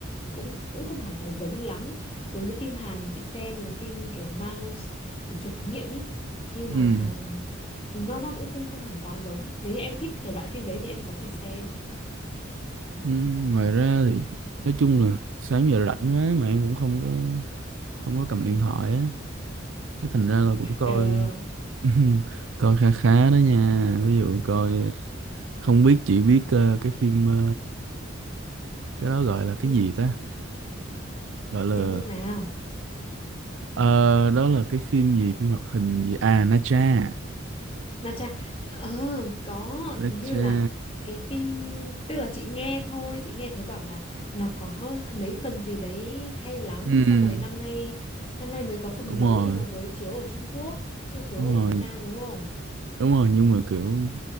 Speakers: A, on the left; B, on the right.
A: cũng cũng không hẳn là giống lắm, giống cái phim Hàn mà chị xem là phim kiểu Mouse, kiểu chuột thí nghiệm ý, nhưng
B: ừ.
A: mà nó nó cũng không không hẳn quá giống. Nếu như em thích thể loại phim đấy thì em có thể xem.
B: Ừ. ngoài ra thì nói chung là sáng giờ rảnh quá mà em cũng không có không có cầm
A: <laughs>
B: điện thoại á cái thành ra là cũng coi
A: ờ
B: <laughs> coi khá khá đó nha ví dụ coi không biết chỉ biết ờ, cái phim ờ, cái đó gọi là cái
A: thế
B: gì ta gọi là
A: phim nước nào
B: ờ, đó là cái phim gì phim hoạt hình gì à Na Tra
A: na cha ờ có
B: Na
A: hình như
B: Tra
A: là cái phim tức là chị nghe thôi chị nghe thấy bảo là nó có mấy phần gì đấy hay lắm
B: ừ
A: xong rồi năm nay năm nay mới có phần
B: đúng
A: mới
B: rồi
A: nhưng mà mới chiếu ở Trung Quốc chưa chiếu
B: đúng
A: ở
B: rồi
A: Việt Nam đúng không
B: đúng rồi nhưng mà kiểu